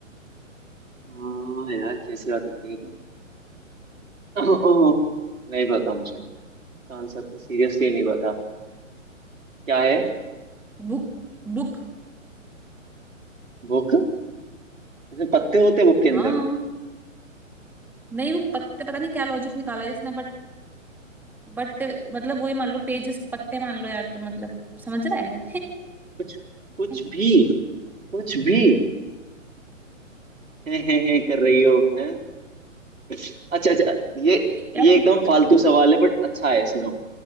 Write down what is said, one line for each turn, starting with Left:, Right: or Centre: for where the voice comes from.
Right: हाँ यार कैसी बात कर रही हो तुम <coughs> <laughs> नहीं पता मुझे इसका आंसर तो सीरियसली नहीं पता क्या है
Centre: बुक बुक
Right: बुक जैसे पत्ते होते हैं बुक के अंदर
Centre: हाँ नहीं वो पत्ते पता नहीं क्या लॉजिक निकाला है इसने बट बट मतलब वही मान लो पेजेस के पत्ते मान लो यार तो मतलब समझ रहा है
Right: कुछ कुछ
Centre: <laughs>
Right: भी कुछ भी है, है, है कर रही हो है अच्छा अच्छा ये
Centre: यार
Right: ये
Centre: तू-
Right: एकदम फालतू सवाल है बट अच्छा है सुनो